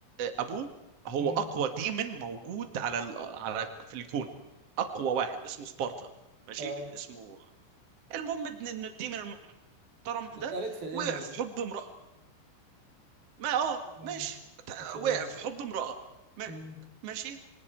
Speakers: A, on the right (about 75°); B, on the right (about 50°).
A: ابوه هو
B: امم
A: اقوى ديمن موجود على ال... على في الكون اقوى واحد اسمه سبارتا ماشي
B: اه
A: اسمه المهم ان إن الديمن المحترم
B: دي اتقالت
A: ده
B: في الانمي
A: وقع في
B: دي
A: حب امرأة ما اه
B: اه
A: ماشي تع-
B: كانت الانمي
A: وقع في حب امرأة ما...
B: امم
A: ماشي